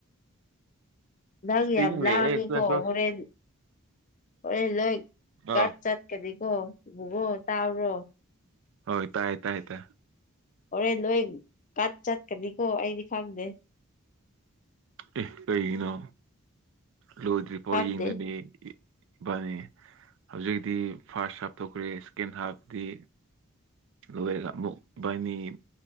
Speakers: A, on the left; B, on the right.
A: ꯅꯪ
B: ꯏꯁꯇꯤꯡ
A: ꯌꯥꯝ
B: ꯂꯩꯌꯦ
A: ꯂꯥꯡꯉꯤꯀꯣ
B: ꯁꯤꯗ ꯁꯨ
A: ꯍꯣꯔꯦꯟ ꯍꯣꯔꯦꯟ ꯂꯣꯏ ꯒꯥꯔꯗ
B: ꯑ
A: ꯆꯠꯀꯅꯤꯀꯣ ꯏꯉꯣ ꯇꯥꯕ꯭ꯔꯣ
B: ꯍꯣꯏ ꯇꯥꯏ ꯇꯥꯏ ꯇꯥꯢ
A: ꯍꯣꯔꯦꯟ ꯅꯣꯏ ꯀꯠ ꯆꯠꯀꯅꯤꯀꯣ ꯑꯩꯗꯤ ꯈꯪꯗꯦ
B: ꯑꯦ ꯀꯔꯤꯒꯤꯅꯣ ꯂꯣꯏꯗ꯭ꯔꯤꯐꯥꯎ
A: ꯈꯪꯗꯦ
B: ꯌꯦꯡꯒꯅꯦ ꯏꯕꯥꯅꯤ ꯍꯧꯖꯤꯛꯇꯤ ꯐꯥꯔꯁ ꯍꯥꯞ ꯊꯣꯛꯈ꯭ꯔꯦ ꯁꯦꯀꯦꯟ ꯍꯥꯐꯇꯗꯤ ꯂꯣꯏꯔꯒ ꯑꯃꯨꯛ ꯏꯕꯥꯅꯤ